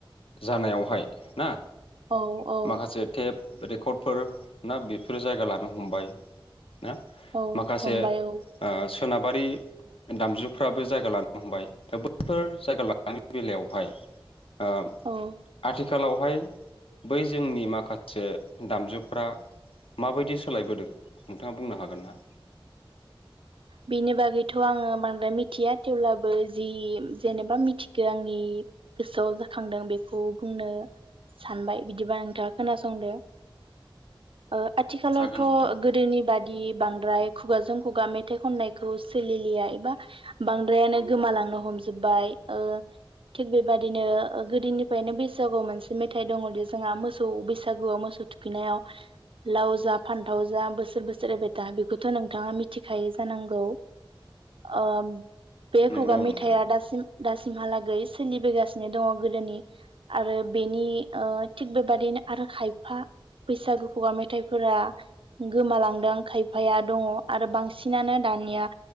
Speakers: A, on the left; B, on the right.
A: जानायावहाय ना।
B: औ औ।
A: माखासे टेप रेकर्डफोर ना बेफोरो जायगा लानो हमबाय। ना
B: औ
A: माखासे।
B: हमबाय औ
A: आ सोनाबारि दामजुफ्राबो जायगा लानो हमबाय दा बैफोर जायगा लानायनि बेलायावहाय। ओ
B: औ
A: आथि खालावहाय बै जोंनि माखासे दामजुफ्रा माबायदि सोलायबोदों नोंथाङा बुंनो हागोन ना?
B: बिनि बागैथ' आङो बांद्राय मिथिया। थेवब्लाबो जि जेनेबा मिथिखो आंनि गोसोआव जाखांदों बेखौ बुंनो सानबाय बिदिबा नोंथाङा खोनासंदो। ओ आथिखालावथ'
A: जागोन नोंथां
B: गोदोनि बाद इ बांद्राय खुगाजों खुगा मेथ थाइ खननायखौ सोलिलिया एबा बांद्रायानो गोमालांनो हमजोबबाय ओ थिग बेबादिनो गोदोनिफ्रायनो बैसागुआव मोनसे मेथाइ दङदि जोंहा मोसौ बैसागुआव मोसौ थुखैनायाव लाव जा फान्थाव जा बोसोर बोसोर एबायथा बेखौथ' नोंथाङा मिथि खायो जानांगौ ओ बे
A: नंगौ
B: खुगा मेथाइआ
A: नोंथां
B: दासिम दासिमहालागै सोलिबोगासिनो दङ गोदोनि आरो बेनि ओ थिग बेबादिनो आरो खायफा बैसागु खुगा मेथाइफोरा गोमालांदों खायफाया दङ आरो बां सिनानो दानिया